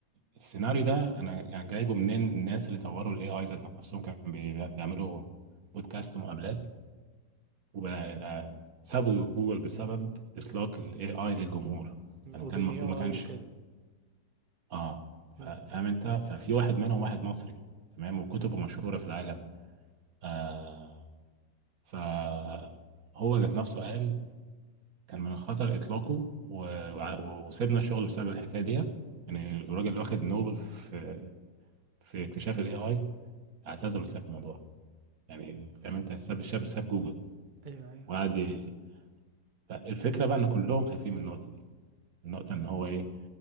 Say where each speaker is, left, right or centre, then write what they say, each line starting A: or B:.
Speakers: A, on the right; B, on the right.
A: السيناريو ده انا يعني جايبه منين الناس اللي طوروا الاي اي ذات نفسهم كانوا بي- بيعملوا بودكاست ومقابلات وسابوا جوجل بسبب اطلاق الاي اي للجمهور يعني
B: أوبن
A: كان المفروض
B: اي اي
A: ما كانش
B: وكده
A: اه ف-
B: مم.
A: فاهم انت ففي واحد منهم واحد مصري تمام وكتبه
B: مم.
A: مشهورة في العالم آه فهو ذات نفسه قال كان من الخطر اطلاقه و- وع- وسيبنا الشغل بسبب الحكاية دي يعني الراجل اللي واخد نوبل في في اكتشاف الاي اي اعتزل وساب
B: مم.
A: الموضوع يعني فاهم انت ساب الشاب ساب جوجل
B: أيوه أيوه
A: وقعد ي- الفكره بقى ان كلهم خايفين من النقطه دي النقطه ان هو ايه